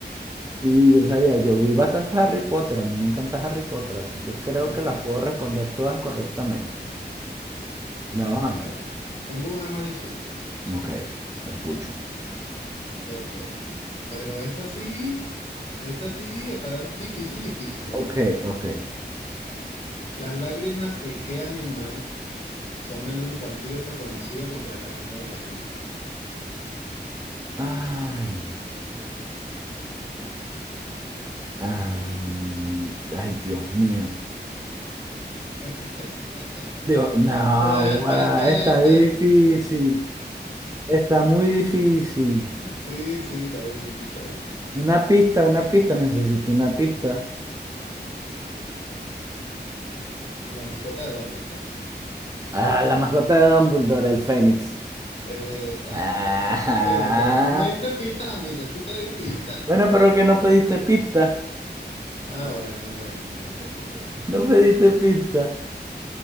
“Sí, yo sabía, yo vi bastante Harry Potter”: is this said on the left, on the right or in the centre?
Right